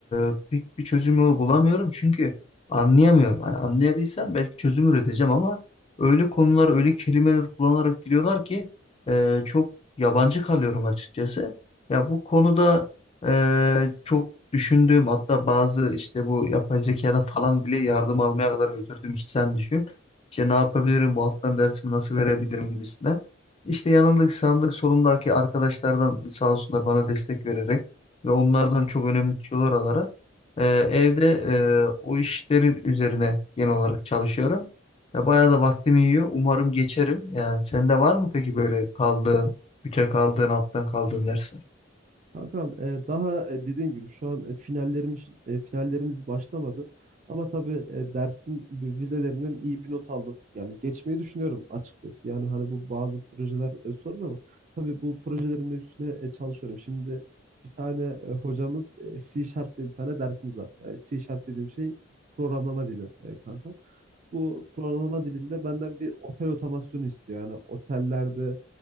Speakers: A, on the left (about 30°); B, on the right (about 40°).
A: Ee, pek bir çözüm yolu bulamıyorum çünkü anlayamıyorum. Hani anlayabilsem belki çözüm üreteceğim ama öyle konular, öyle kelimeler kullanarak giriyorlar ki e, çok yabancı kalıyorum açıkçası. Ya bu konuda e, çok düşündüğüm hatta bazı işte bu yapay zekadan falan bile yardım almaya kadar götürdüm. İşte sen düşün. İşte ne yapabilirim, bu alttan dersimi nasıl verebilirim gibisinden. İşte yanımdaki sağımdaki solumdaki arkadaşlardan sağ olsunlar bana destek vererek ve onlardan çok önemli tüyolar alarak e, evde e, o işlerin üzerine genel olarak çalışıyorum. Ya bayağı da vaktimi yiyor. Umarım geçerim. Yani sende var mı peki böyle kaldığın, büte kaldığın, alttan kaldığın dersler?
B: Kankam e, daha e, dediğim gibi şu an e, finallerimiz e, finallerimiz başlamadı. Ama tabii e, dersin bu vizelerinden iyi bir not aldım. Yani geçmeyi düşünüyorum açıkçası. Yani hani bu bazı projeler e, sorun ama tabii bu projelerin de üstüne e, çalışıyorum. Şimdi bir tane e, hocamız e, C Sharp diye bir tane dersimiz var. E, C Sharp dediğim şey programlama dili e, kankam. Bu programlama dilinde benden bir otel otomasyonu istiyor. Yani otellerde